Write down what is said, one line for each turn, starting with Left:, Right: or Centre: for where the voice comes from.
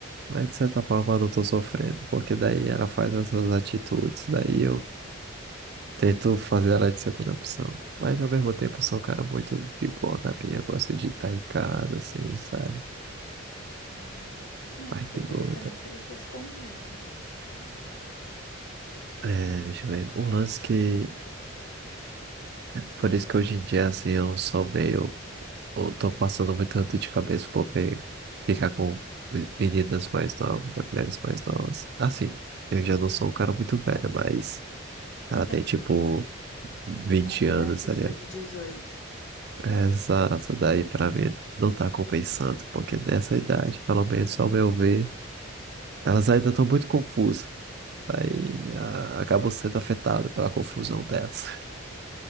Right: Mas de certa forma eu não tô sofrendo, porque daí ela faz essas atitudes, daí eu Tento fazer ela de segunda opção. Mas ao mesmo tempo, eu sou um cara muito de boa na minha. Eu gosto de estar em casa, assim, sabe?
Left: Hum, é,
Right: Mas
Left: tem
Right: de boa.
Left: que ver também
Right: tá?
Left: se vocês combinam, né?
Right: É, deixa eu ver. Um lance que. Por isso que hoje em dia, assim, eu sou meio. Eu tô passando muito dor de cabeça por ver- ficar com meninas mais novas, com mulheres mais novas. Assim, eu já não sou um cara muito velho, mas.
Left: <laughs>
Right: Ela tem tipo 20
Left: A, pe-
Right: anos,
Left: a pessoa
Right: tá
Left: de dezoito,
Right: Exato, daí pra mim não tá compensando, porque nessa idade, pelo menos ao meu ver, elas ainda estão muito confusas. Daí ah,
Left: Hum,
Right: acabam sendo afetadas pela confusão delas.